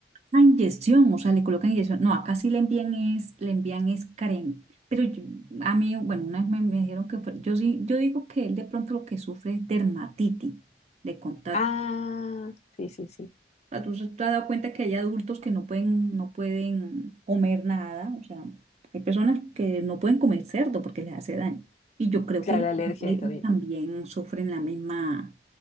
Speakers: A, on the right (about 40°); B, on the left (about 40°).
A: Ah, inyección, o sea, le colocan inyección. No, acá sí le envían es, le envían es crema. Pero yo- a mí, bueno, una vez me, me dijeron que fue- yo sí, yo digo que él de pronto lo que sufre es dermatitis de contacto.
B: Ah, sí, sí, sí.
A: Ah, ¿Tú se- te has dado cuenta que hay adultos que no pueden, no pueden comer nada? O sea, hay personas que no pueden comer cerdo porque les hace daño. Y yo creo
B: Claro,
A: que los
B: la alergia
A: animalitos
B: ahí también.
A: también sufren la misma,